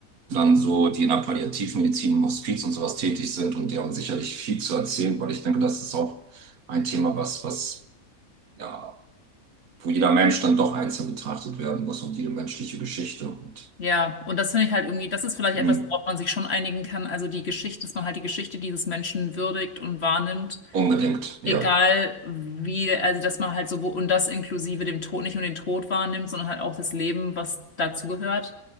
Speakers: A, on the right (about 80°); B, on the left (about 45°).
A: dann so, die in der Palliativmedizin im Hospiz und sowas tätig sind und die haben sicherlich viel zu erzählen, weil ich denke, das ist auch ein Thema, was, was ja wo jeder Mensch dann doch einzeln betrachtet werden muss und jede menschliche Geschichte. Und
B: Ja, und das finde ich halt irgendwie, das ist vielleicht
A: mh,
B: etwas, worauf man sich schon einigen kann. Also die Geschichte, dass man halt die Geschichte dieses Menschen würdigt und wahrnimmt.
A: unbedingt, ja,
B: egal wie, also dass man halt so, wo, und das inklusive dem Tod, nicht nur den Tod wahrnimmt, sondern halt auch das Leben, was dazugehört